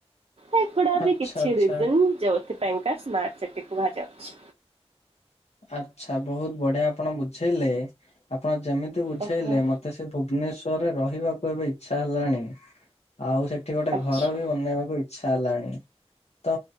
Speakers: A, on the right (about 60°); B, on the left (about 80°).
A: ଏଗୁଡା ବି
B: ଆଚ୍ଛା
A: କିଛି
B: ଆଚ୍ଛା
A: ରିଯିନ ଯୋଉଥି ପାଇଁକା ସ୍ମାର୍ଟ ସିଟି କୁହାଯାଉଛି।
B: ଆଚ୍ଛା ବହୁତ ବଢିଆ ଆପଣ ବୁଝେଇଲେ ଆପଣ ଯେମିତି ବୁଝେଇଲେ
A: ଆଜ୍ଞା
B: ମତେ ସେ ପୁ ଭୁବନେଶ୍ବରରେ ରହିବାକୁ ଏବେ ଇଚ୍ଛା ହେଲାଣି ଆଉ ସେଠି ଗୋଟେ
A: ଆଚ୍ଛା
B: ଘର ବି ବନେଇବାକୁ ଇ ଇଚ୍ଛା ହେଲାଣି। ତ